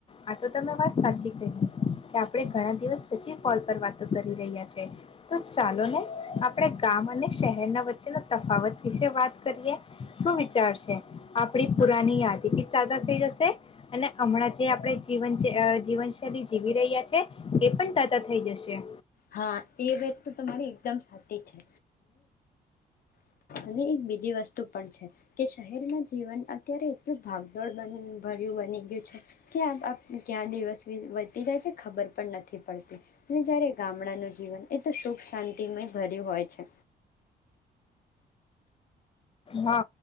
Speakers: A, on the left; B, on the left.
A: આ તો તમે વાત સાચી કહી કે આપણે ઘણા દિવસ પછી કોલ પર વાતો કરી રહ્યા છે. તો ચાલો ને આપણે ગામ અને શહેરના વચ્ચેના તફાવત વિશે વાત કરીએ શું વિચારશે? આપણી પુરાની
B: હા
A: યાદી તાઝા થઈ જશે. અને હમણાં જે આપણે જીવન જે અ જીવનશૈલી જીવી રહ્યા છે એ પણ તાજા થઈ જશે.
B: હા એ વાત તો તમારી એકદમ સાચી છે. અને એક બીજી વસ્તુ પણ છે કે શહેરમાં જીવન અત્યારે એટલું ભાગદોડ બન ભર્યું બની ગયું છે કે આ ક્યાં દિવસ વી વધતી જાય છે ખબર પણ નથી પડતી. અને જયારે ગામડાનું જીવન એ તો સુખ શાંતિમય ભર્યું હોય છે.
A: હા